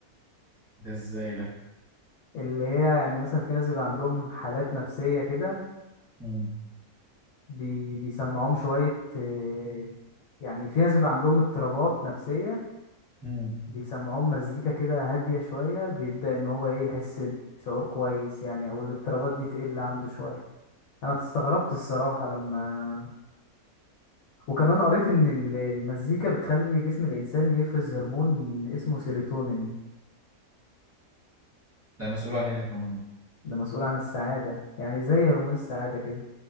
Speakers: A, on the right; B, on the left.
A: ده ازاي ده
B: اللي هي يعني مثلا في ناس بيبقى عندهم حالات نفسية كده
A: مم.
B: بي... بيسمعوهم شوية آه، يعني في ناس بيبقى عندهم اضطرابات نفسية
A: مم.
B: بيسمعوهم مزيكا كده هادية شوية بيبدأ ان هو ايه يحس بشعور كويس يعني او الاضطرابات دي تقل عنده شوية انا استغربت الصراحة لما وكمان قريت ان ال- المزيكا بتخلي جسم الانسان يفرز هرمون اسمه سيروتونين
A: ده مسؤول عن ايه الهرمون ده
B: ده مسؤول عن السعادة يعني زي هرمون السعادة كده